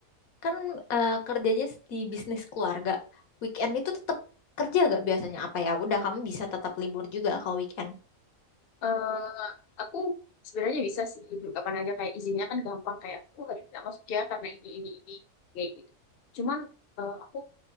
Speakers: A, on the left (about 85°); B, on the left (about 50°).
A: kan eh, kerjanya di bisnis keluarga. Weekend itu tetap kerja gak biasanya apa ya? Udah kamu bisa tetap libur juga kalau weekend.
B: eh aku sebenarnya bisa sih libur kapan aja kayak izinnya kan gampang kayak aku hari ini nggak masuk ya karena ini ini ini kayak gitu. Cuman eh, aku